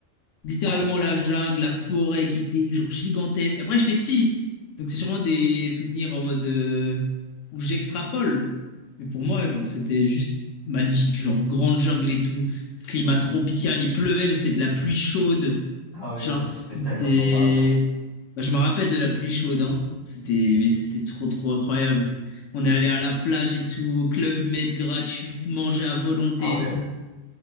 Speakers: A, on the left; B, on the left.
A: littéralement
B: Ouais.
A: la jungle, la forêt qui était genre gigantesque. Après, j'étais petit, donc c'est sûrement des souvenirs en mode euh, où j'extrapole. Mais pour moi, genre, c'était juste magnifique, genre grande jungle et tout, climat tropical, il pleuvait, mais c'était de la pluie chaude.
B: Ah oui,
A: Genre,
B: ça c'est
A: c'était.
B: spécial comme température.
A: Bah, je me rappelle de la pluie chaude, hein. C'était, mais c'était trop, trop incroyable. On est allé à la plage et tout, au club med gratuit, manger à volonté
B: Ah ouais.
A: et tout.